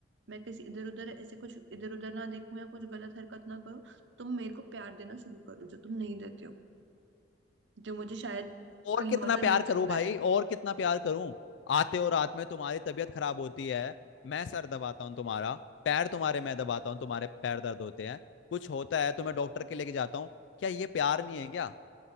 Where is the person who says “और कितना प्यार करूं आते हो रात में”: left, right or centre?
Left